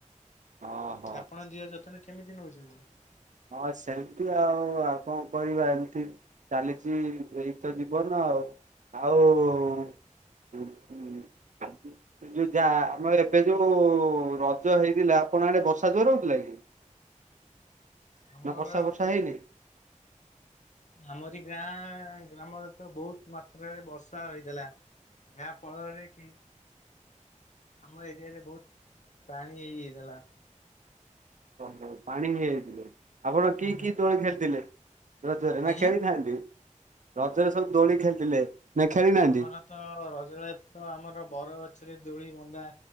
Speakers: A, on the right; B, on the left.
A: ହଁ।
B: ଆପଣ ଦିହ ଯତ୍ନ କେମିତି ନଉଛନ୍ତି?
A: ହଁ ସେମିତି ଆଉ ଆଉ କଣ କରିବା ଏମିତି। ଚାଲିଛି ଏଇ ତ ଜୀବନ ଆଉ ଆଉ <inaudible> ଯୋଉ ଯା ଆମର ଏବେ ଯୋଉ ରଜ ହେଇଥିଲା ଆପଣ ଆଡ଼େ ବର୍ଷା ଜୋର ହଉଥିଲା କି?
B: ଆମର
A: ନା ବର୍ଷା ବର୍ଷା ହେଇନି?
B: ଆମରି ଗାଁ ଗ୍ରାମରେ ତ ବହୁତ ମାତ୍ରାରେ ବର୍ଷା ହୋଇଥିଲା। ଯାହା ଫଳରେ କି? ଆମ ଏରିଆରେ ବହୁତ ପାଣି ହେଇଯାଇଥିଲା।
A: ଓ ପାଣି ହେଇଯାଇଥିଲେ ଆପଣ
B: ହୁଁ
A: କିଏ
B: ହୁଁ
A: କିଏ ଦୋଳି ଖେଳିଥିଲେ ରଜରେ ନା
B: ଆଜ୍ଞା।
A: ଖେଳିନାହାନ୍ତି? ରଜରେ ସବୁ ଦୋଳି ଖେଳିଥିଲେ। ନା ଖେଳି ନାହାନ୍ତି?
B: ଆମର ତ ରଜରେ ତ ଆମର ବର ଗଛରେ ଦୋଳି ବନ୍ଦା